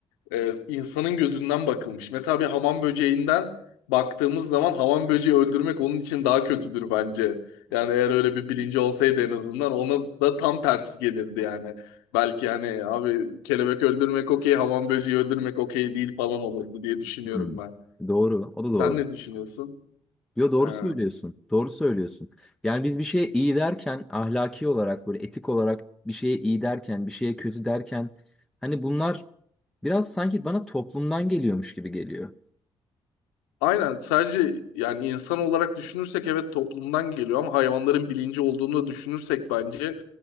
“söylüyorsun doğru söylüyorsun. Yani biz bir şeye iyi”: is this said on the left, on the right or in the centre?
Centre